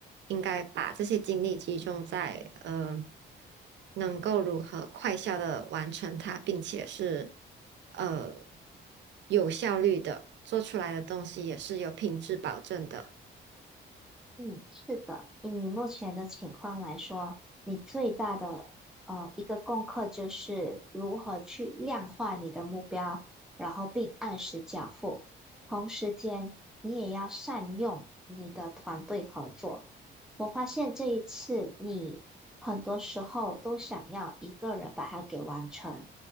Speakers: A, on the right; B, in the centre.
A: 应该把这些精力集中在呃，能够如何快效的完成它，并且是呃有效率的，做出来的东西也是有品质保证的。
B: 嗯，是的，以你目前的情况来说，你最大的呃一个功课就是如何去量化你的目标，然后并按时缴付。同时间，你也要善用你的团队合作。我发现这一次你很多时候都想要一个人把它给完成。